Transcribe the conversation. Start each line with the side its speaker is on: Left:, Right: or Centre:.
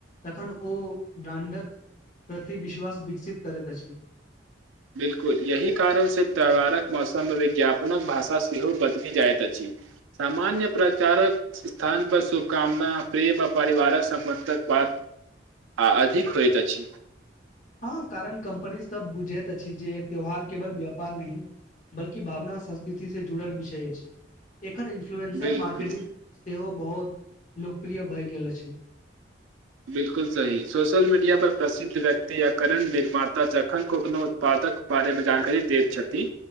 Left: तखन ओ ब्रांड प्रति विश्वास विकसित करैत अछ
Right: बिल्कुल यही कारण से त्योहारक मौसम मे विज्ञापनक भाषा सेहो बदलि जाइत अछ सामान्य प्रचार स्थान पर शुभकामना प्रेम आ परिवारक सम्बन्धक बत आ अधिक होइत अछ
Left: हँ कारण कम्पनी सब बुझैत अछि जे त्यौहार केवल व्यापार नह बल्कि भावना संस्कृति से जुड़ल विषय अछि एखन इन्फ्लुएंसर
Right: बिल्कुल
Left: मार्केटिं सेहो बहुत लोकप्रिय भए गेल अछ
Right: बिल्कुल सही सोशल मीडिया पर प्रसिद्ध व्यक्ति या करण निर्माता जखन को कोनो उत्पाद बारे मे जानकारी दैत छथि